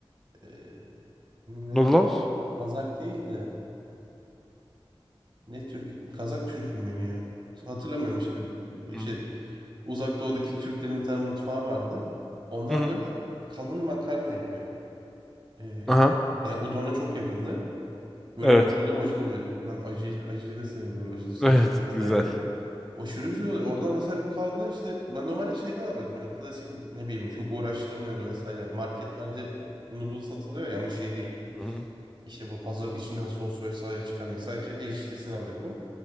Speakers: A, on the right; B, in the centre.
A: Ee, neydi?
B: Noodle House?
A: Kazak değildi. Ne türkü? Kazak türkü müydü ya? Hatırlamıyorum şimdi.
B: Hı.
A: Şey, Uzak Doğu'daki Türklerin bir tane mutfağı vardı. Onlar
B: Hı hı.
A: böyle kalın makarna yapıyor. Ee,
B: Aha.
A: yani udona çok yakındı. Böyle
B: Evet.
A: acılı macılı bir de. Ben acıyı, acıyı da seviyorum. Böyle acılı soslu
B: Evet.
A: vesaire.
B: Güzel.
A: Aşırı güzel oluyor. Orada mesela bir kaldı işte. Ben normalde şeyden alıyordum. Böyle klasik ne bileyim çok uğraştırmıyordu vesaire. Marketlerde noodle satılıyor ya ama şey değil.
B: Hı hı.
A: İşte bu hazır içinden sos vesaire çıkan değil. Sadece eriştesini alıyordum.